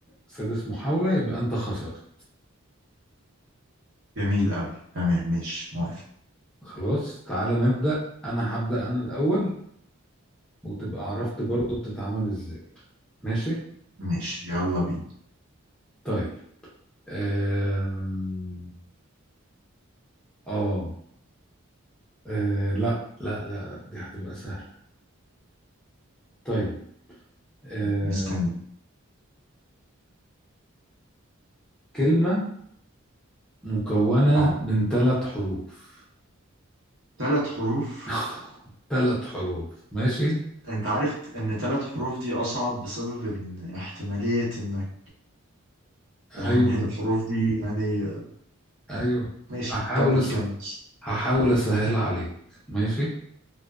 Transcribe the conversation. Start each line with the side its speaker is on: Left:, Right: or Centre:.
Centre: سادس محاولة يبقى انت خسرت
Right: جميل أوي تمام ماشي موافق
Centre: خلاص تعالى نبدأ انا هبدأ انا الاول وتبقى عرفت برضو بتتعمل ازاي ماشي
Right: ماشي يلا بينا
Centre: طيب آم، اه آه، لا لا لا لا، دي هتبقى سهلة طيب آه،
Right: مستني
Centre: كلمة مكونة
Right: اه
Centre: من ثلاث حروف
Right: ثلاث حروف
Centre: <laughs> ثلاث حروف ماشي
Right: انت عارف ان ثلاث حروف دي اصعب بسبب ان احتمالية انك
Centre: ايوه
Right: <laughs> الحروف دي يعني
Centre: ايوه
Right: ماشي
Centre: هحاول
Right: كمل
Centre: أس...
Right: كمل
Centre: هحاول اسهلها عليك ماشي